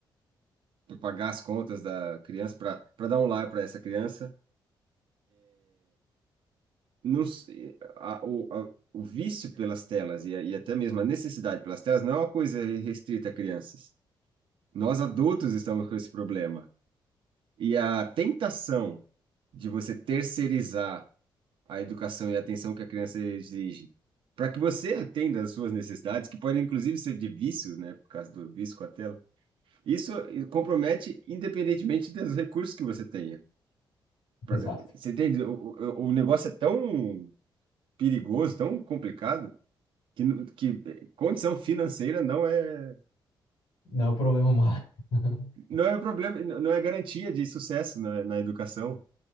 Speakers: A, on the right; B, on the left.
A: pagar as contas da criança, para dar um lar para essa criança, não, se- a- o, a- o vício pelas telas e, a- e até mesmo a necessidade pelas telas não é uma coisa restrita a crianças. Nós adultos estamos com esse problema. E a tentação de você terceirizar a educação e a atenção que a criança exige, para que você atenda às suas necessidades, que podem inclusive ser de vícios, né, por causa do vício com a tela, isso compromete independentemente dos recursos que você tenha.
B: <laughs>
A: Pra-
B: Exato.
A: Você entende? O, o, o negócio é tão perigoso, tão complicado que, não- que condição financeira não é
B: Não é um problema humano. <laughs>
A: não é um problema, não é garantia de sucesso na, na educação.